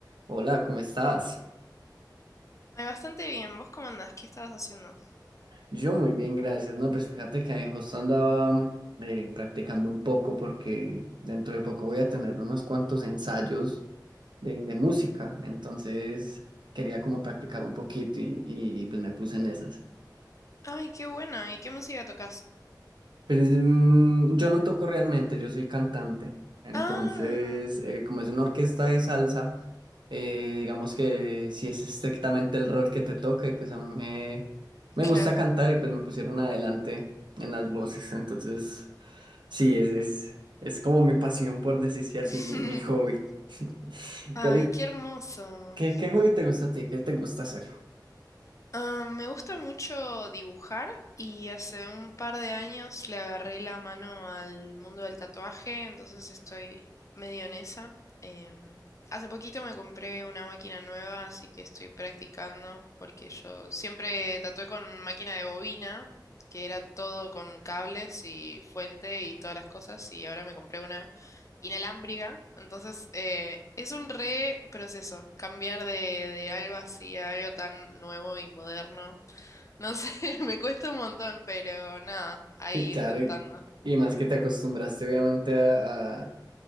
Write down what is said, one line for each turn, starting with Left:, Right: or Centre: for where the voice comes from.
Right: Hola, ¿cómo estás?
Left: Ay, bastante bien. ¿Vos cómo andás? ¿Qué estabas haciendo?
Right: Yo muy bien, gracias. No, pues fíjate que justo andaba eh, practicando un poco porque dentro de poco voy a tener unos cuantos ensayos de, de música, entonces quería como practicar un poquito y, y pues me puse en esas.
Left: Ay, qué bueno. ¿Y qué música tocas?
Right: Pues mm, yo no toco realmente, yo soy cantante. Entonces,
Left: Ah,
Right: eh, como es una orquesta de salsa, eh, digamos que si es estrictamente el rol que te toca, y pues a mí me, me
Left: claro.
Right: gusta cantar y pues me pusieron adelante en las voces. Entonces, sí, es, es, es como mi pasión, por decirse así,
Left: <laughs>
Right: mi, mi hobby. <laughs>
Left: Ay,
Right: ¿Cuál es-
Left: qué hermoso.
Right: qué, qué hobby te gusta a ti? ¿Qué te gusta hacer?
Left: Ah, me gusta mucho dibujar y hace un par de años le agarré la mano al mundo del tatuaje, entonces estoy medio en esa. Em, hace poquito me compré una máquina nueva, así que estoy practicando porque yo siempre tatué con máquina de bobina, que era todo con cables y fuente y todas las cosas, y ahora me compré una inalámbrica, entonces eh, es un re proceso cambiar de, de algo así a algo tan nuevo y moderno. No sé, <laughs> me cuesta un montón, pero nada, ahí
Right: Sí, claro,
Left: intentando.
Right: y, y más que te acostumbraste obviamente a, a